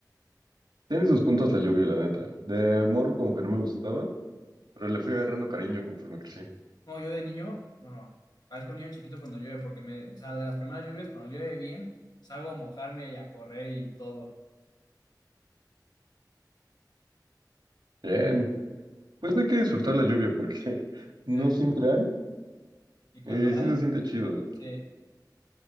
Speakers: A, on the right; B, on the left.
A: Tiene sus puntos la lluvia, la neta. De morro como que no me gustaba, pero le fui agarrando cariño conforme crecí.
B: No, yo de niño, bueno, parezco niño chiquito cuando llueve, porque me, o sea, de las primeras lluvias, cuando llueve bien, salgo a mojarme y a correr y todo.
A: Bien, pues no hay que disfrutar la lluvia porque <laughs> no
B: Sí.
A: siempre hay
B: Y cuando
A: y sí
B: hay,
A: se siente chido.
B: sí.